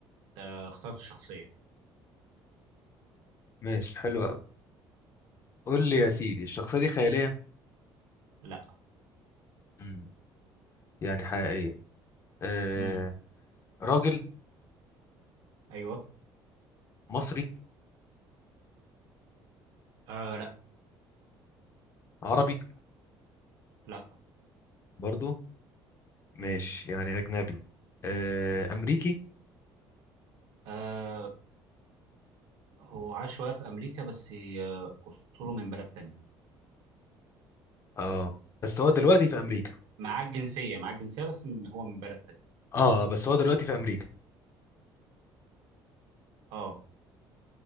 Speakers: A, on the right (about 75°); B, on the left (about 35°).
A: آه اخترت الشخصيه
B: ماشي حلو قوي قول لي يا سيدي الشخصيه دي خياليه
A: لا
B: مم. يعني حقيقيه آه
A: امم
B: راجل
A: ايوه
B: مصري
A: آه لا
B: عربي
A: لا
B: برضو ماشي
A: امم
B: يعني اجنبي آه امريكي
A: آه هو عاش شويه في امريكا بس آه اصوله من بلد تانية
B: اه بس هو دلوقتي في امريكا
A: معاه الجنسيه معاه الجنسيه بس م- هو من بلد تانية
B: اه بس هو دلوقتي في امريكا
A: اه